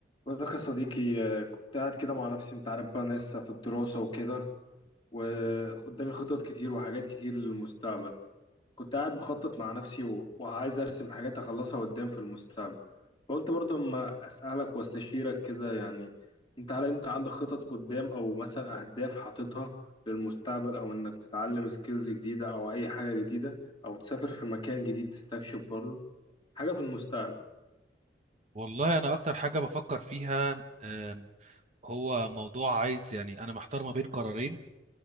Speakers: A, on the left; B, on the right.
A: بقول لك يا صديقي آه، كنت قاعد كده مع نفسي انت عارف بقى انا لسه في الدراسة وكده وقدامي خطط كتير وحاجات كتير للمستقبل كنت قاعد بخطط مع نفسي و- وعايز ارسم حاجات اخلصها قدام في المستقبل فقلت برضه اما اسألك واستشيرك كده يعني انت هل انت عندك خطط قدام او مثلا اهداف حاططها للمستقبل او انك تتعلم سكيلز جديدة او اي حاجة جديدة او تسافر في مكان جديد تستكشف برضه حاجة في المستقبل
B: والله انا اكتر حاجه بفكر فيها آم، هو موضوع عايز يعني انا محتار ما بين قرارين